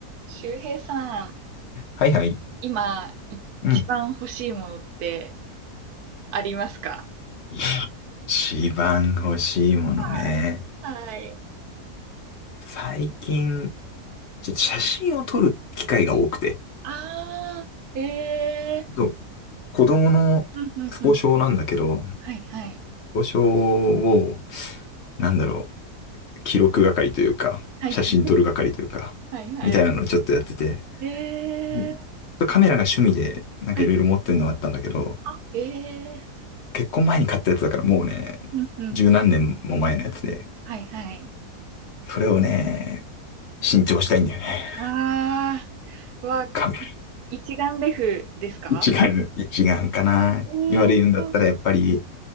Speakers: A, on the right (about 75°); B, on the left (about 45°).
A: 周平さん、
B: はいはい。
A: 今、一番欲しいものって
B: うん。
A: ありますか
B: いや一番欲しいものね。
A: はい。はい。
B: 最近、ちょっと写真を撮る機会が多くて。
A: ああ、ええ
B: そう、子供のスポ少なんだけど、
A: うんうんうん。はいはい。
B: スポ少を、なんだろう、記録係というか、
A: はいはい。
B: 写真撮る係というか、
A: はいはい。
B: みたいなのをちょっとやってて、
A: え
B: うんちょっとカメラが趣味で、
A: ー、
B: なんかいろいろ持ってるのはあったんだけど、
A: はい。あ、えー
B: 結婚前に買ったやつだからもうね、
A: うんうん。
B: 十何年も前のやつで、
A: はいはい。
B: それをね、新調したいんだよね。
A: ああ、は、
B: カメ
A: 一眼レフですか
B: 一眼、一眼かな。
A: おー、
B: 今で言うんだったらやっぱり、